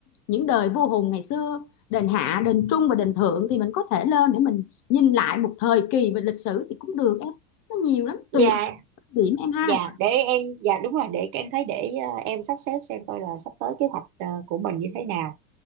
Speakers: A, on the left; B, on the right.
A: những đời vua Hùng ngày xưa đền Hạ đền Trung và đền Thượng thì mình có thể lên để mình nhìn lại một thời kỳ về lịch sử thì cũng được nó nhiều lắm
B: dạ
A: tùy điểm em ha
B: dạ để em dạ đúng rồi để em thấy để ờ, em sắp xếp xem coi là sắp tới kế hoạch ờ, của mình như thế nào